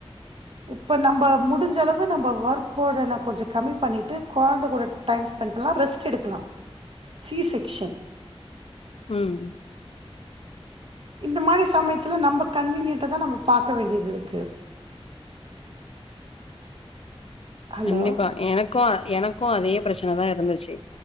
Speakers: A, on the right (about 60°); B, on the left (about 70°).
A: இப்போ நம்ம முடிஞ்சளவு நம்ம ஒர்க் போர்ட நா கொஞ்சம் கம்மி பண்ணிட்டு கொழந்த கூட டைம் ஸ்பெண்ட் பண்றே ரெஸ்ட் எடுக்கலாம் சி செக்க்ஷன்
B: ம்
A: இந்த மாதிரி சமயத்துல நம்ம கன்வீனியன்டா தான் நம்ம பாக்க வேண்டியது இருக்கு ஹலோ
B: கண்டிப்பா எனக்கும் எனக்கும் அதே பிரச்சனைதான் இருந்துச்சு